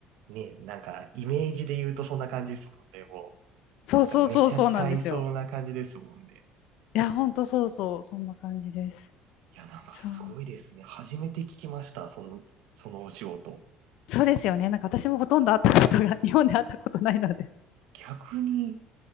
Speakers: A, on the right; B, on the left.
A: ね、なんかイメージで言うとそんな感じですもんね、も
B: そうそうそうそうなんですよ。
A: う。なんかめっちゃ使いそうな感じですもんね。
B: いや本当そうそうそんな感じです。
A: いや、なんかすごいですね。
B: そう
A: 初めて聞きました、その、そのお仕事。
B: そうですよね。なんか私もほとんど会ったことが <laughs> 日本で会ったことないので。
A: 逆に、